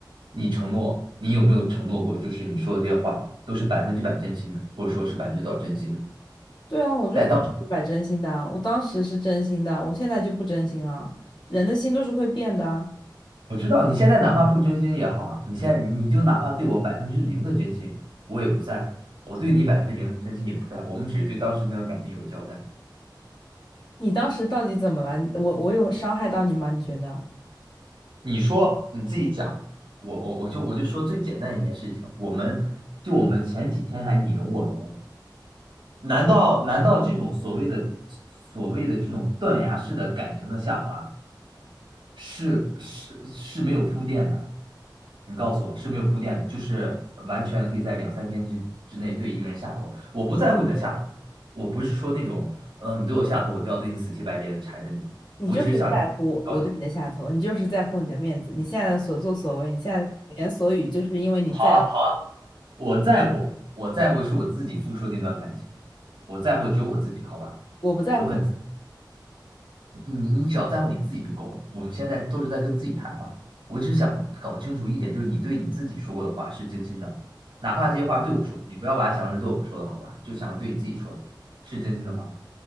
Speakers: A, on the right; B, on the left.
A: 你承诺，你有没有承诺过，就是你说的这些话都是百分之百真心的，或者说是百分之多少真心的？
B: 对啊，我就是百分之百真心的啊，
A: 但当
B: 我当时是真心的，我现在就不真心了。人的心都是会变的啊
A: 我知道你现在哪怕不真心也好啊，你现在你你就哪怕对我百分之零的真心，我也不在乎，我对你百分之零的真心也不在乎，我们只是对当时那段感情有个交代。
B: 你当时到底怎么了？你我我有伤害到你吗？你觉得？
A: 你说你自己讲，我我我就我就说最简单一件事情，我们就我们前几天还你侬我侬，难道难道这种所谓的所谓的这种断崖式的感情的下滑是是是没有铺垫的？你告诉我是没有铺垫的，就是完全可以在两三天之之内对一个人下头。我不在乎你的下头，我不是说那种，呃，你对我下头，我就要对你死乞白赖的缠着你，
B: 你就是在乎我对你的下头，
A: 我只是想，哦，
B: 你就是在乎你的面子，你现在的所作所为，你现在的所言所语，就是因为你在乎，
A: 好啊好啊。我在乎，我在乎的是我自己付出的那段感情，我在乎只有我自己，好吧？
B: 我不在乎。
A: 我很，你你只要在乎你自己就够了。我们现在都是在跟自己谈话，我只想搞清楚一点，就是你对你自己说过的话是真心的，哪怕这些话对我说，你不要把它想成是对我说的，好吧？就想着对你自己说的，是真心的吗？